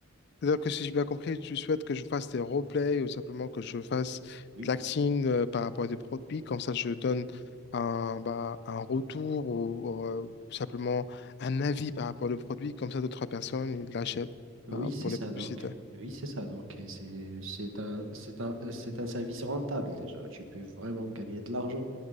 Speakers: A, on the left; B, on the right.
A: C'est-à-dire que si j'ai bien compris, tu souhaites que je fasse des roleplays ou simplement que je fasse
B: Oui,
A: de l'acting euh, par rapport à des produits, comme ça je donne un, bah, un retour ou, ou, euh, simplement un avis par rapport au produit, comme ça d'autres personnes ils l'achètent
B: Oui,
A: bah,
B: c'est
A: pour
B: ça
A: les publicités.
B: donc. Oui, c'est ça donc. Et c'est c'est un c'est un c'est un service rentable déjà. Tu peux vraiment gagner de l'argent